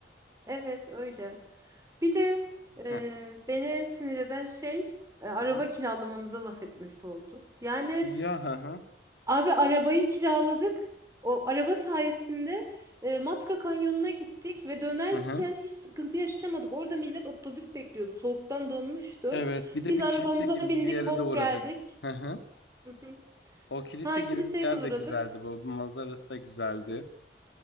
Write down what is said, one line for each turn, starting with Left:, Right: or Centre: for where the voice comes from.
Right: Evet öyle. Bir de e,
Left: Heh,
Right: beni en sinir eden şey e, araba
Left: Hı hı.
Right: kiralamamıza laf etmesi oldu. Yani
Left: Ya hı hı.
Right: abi arabayı kiraladık. O araba sayesinde e, Matka Kanyonu'na gittik ve dönerken
Left: Hı hı.
Right: hiç sıkıntı yaşamadık. Orada millet otobüs bekliyordu. Soğuktan donmuştu.
Left: Evet, bir de
Right: Biz
Left: bir
Right: arabamıza
Left: kilise gibi
Right: bindik,
Left: bir yere
Right: hop
Left: de uğradık.
Right: geldik.
Left: Hı hı.
Right: <laughs>
Left: O kilise
Right: Ha
Left: gibi
Right: kiliseye
Left: bir yer
Right: de uğradık.
Left: de güzeldi. Bu manzarası da güzeldi.